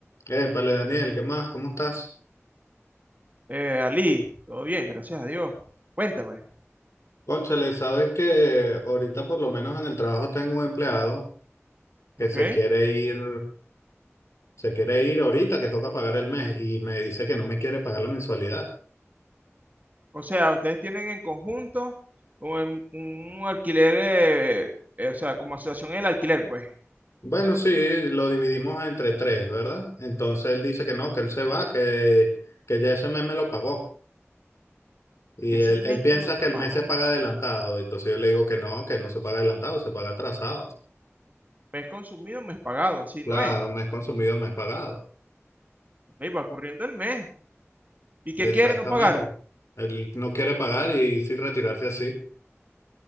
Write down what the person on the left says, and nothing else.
Épale, Daniel, ¿qué más? ¿Cómo estás?
Cónchale, sabes que ahorita por lo menos en el trabajo tengo un empleado que
se quiere ir, se quiere ir ahorita que toca pagar el mes y me dice que no me quiere pagar la mensualidad.
Bueno, sí, lo dividimos entre tres, ¿verdad? Entonces él dice que no, que él se va, que, que ya ese mes me lo pagó. Y
él,
él piensa
que el
mes se paga adelantado. Entonces yo le digo que no, que no se paga adelantado, se paga atrasado.
Claro,
mes consumido, mes pagado.
Exactamente.
Él no quiere pagar y sí retirarse así.